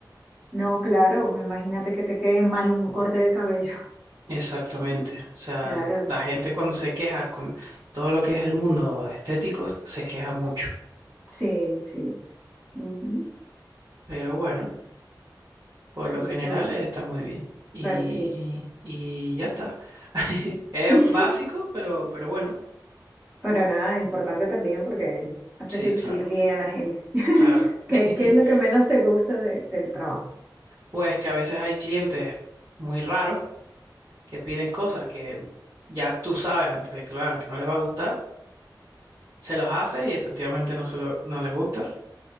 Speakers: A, on the right; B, on the right.
A: No, claro, imagínate que te quede mal un corte de cabello.
B: Exactamente.
A: <laughs>
B: O sea,
A: Claro,
B: la gente cuando se queja con todo lo que es el mundo estético, se queja mucho.
A: sí, sí. Ujú.
B: Pero bueno, por
A: Sí,
B: lo general
A: eso,
B: eh, está muy bien. Y,
A: pero sí.
B: y, y ya está. <laughs> Es
A: <laughs>
B: básico, pero, pero bueno.
A: Pero nada, importante también porque haces
B: Sí,
A: lucir
B: claro,
A: bien a la gente. <laughs>
B: claro.
A: ¿Qué, qué
B: <laughs>
A: es lo que menos te gusta de- del trabajo?
B: Pues que a veces hay clientes muy raros que piden cosas que ya tú sabes antes de que lo hagan que no les va a gustar, se los haces y efectivamente no, se lo- no les gusta